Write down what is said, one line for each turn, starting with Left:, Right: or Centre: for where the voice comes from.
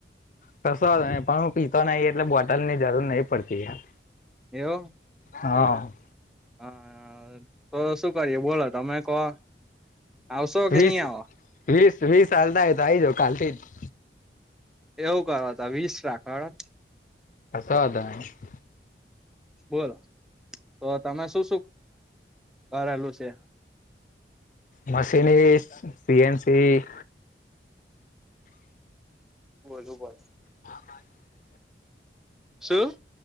Left: કશો વાંધો નહિ હું પીતો નહી એટલે બોટલ ની જરૂર નહી પડતી યાર
Centre: એવું
Left: હા
Centre: હા તો શું કરીએ બોલો તમે કહો આવશો કે
Left: વીસ
Centre: નહી આવો.
Left: વીસ વીસ હાલતા અઈ તો આઈ જવો કાલથી જ <unintelligible>
Centre: એવું કરો તો વીસ રાખો હેંડ
Left: હસો હતા એમ <unintelligible>
Centre: બોલો, તો તમે શું શું કરેલું છે?
Left: મશીનરી, સી એન સી
Centre: બોલવું પડે
Left: હા, પાચ <inaudible>
Centre: શું?